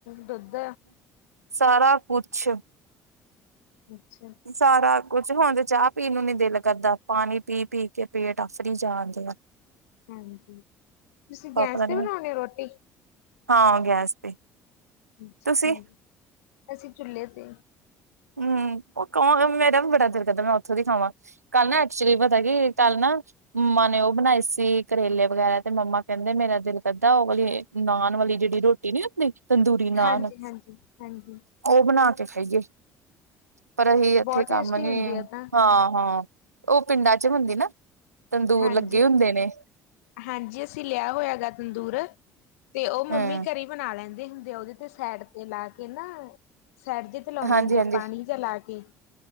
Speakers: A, on the left (about 70°); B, on the right (about 85°).
A: ਦੁੱਧ।
B: ਸਾਰਾ ਕੁਛ।
A: ਅੱਛਾ।
B: ਸਾਰਾ ਕੁਛ, ਹੁਣ ਤੇ ਚਾਅ ਪੀ ਨੂੰ ਨੀ ਦਿਲ ਕਰਦਾ, ਪਾਣੀ ਪੀ -ਪੀ ਕੇ ਪੇਟ ਆਫਰੀ ਜਾਣ ਦਿਆ।
A: ਹਾਂਜੀ, ਤੁਸੀਂ
B: ਪਾਪਾ
A: ਗੈਂਸ
B: ਨੇ
A: ਤੇ ਬਣਾਉਣੇ ਓ ਰੋਟੀ?
B: ਹਾਂ, ਗੇਸ ਤੇ।
A: ਅੱਛਾ
B: ਤੁਸੀਂ
A: ਠੀਕ, ਅਸੀਂ ਚੁਲੇ ਤੇ।
B: ਹੂੰ ਓ ਕੋਣ ਮੇਰਾ ਵੀ ਬੜਾ ਦਿਲ ਕਰਦਾ ਮੈਂ ਓਥੋਂ ਦੀ ਖਾਵਾਂ। ਕੱਲ ਨਾ ਐਕਚੁਲੀ ਪਤਾ ਕੀ ਕੱਲ ਨਾ, ਮੰਮਾ ਨੇ ਓ ਬਣਾਏ ਸੀ। ਕਰੇਲੇ ਵਗੈਰਾ ਤੇ ਮੰਮਾ ਕੈਂਦੇ ਮੇਰਾ ਦਿਲ ਕਰਦਾ, ਓ ਵਾਲੀ ਨਾਨ ਵਾਲੀ ਜੇੜੀ ਰੋਟੀ ਨੀ ਹੁੰਦੀ। ਤੰਦੂਰੀ ਨਾਨ,
A: ਹਾਂਜੀ, ਹਾਂਜੀ, ਹਾਂਜੀ
B: ਓ ਬਣਾ ਕੇ ਖਾਈਏ। ਪਰ ਅਹੀਂ ਏਥੇ
A: ਬਹੁਤ
B: ਕੰਮ
A: ਟੇਸਟੀ
B: ਨੀ,
A: ਹੁੰਦੀ ਆ ਤਾਂ
B: ਹਾਂ -ਹਾਂ ਓ ਪਿੰਡਾਂ 'ਚ ਹੁੰਦੀ ਨਾ। ਤੰਦੂਰ
A: ਹਾਂਜੀ।
B: ਲੱਗੇ ਹੁੰਦੇ ਨੇ।
A: ਹਾਂਜੀ, ਅਸੀਂ ਲਿਆ ਹੋਇਆ ਗਾ ਤੰਦੂਰ ਤੇ, ਉਹ ਮੰਮੀ
B: ਹੂੰ
A: ਘਰੀ ਬਣਾ ਲੈਂਦੇ ਹੁੰਦੇ ਆ, ਉਹਦੇ ਤੇ ਸੈਡ ਤੇ ਲਾ ਕੇ ਨਾ, ਸੈਡ ਜਂ ਤੇ ਲਾਉਂਦੇ
B: ਹਾਂਜੀ-ਹਾਂਜੀ,
A: ਹੁੰਦੇ ਆ ਪਾਣੀ ਜਾ ਲਾ ਕੇ।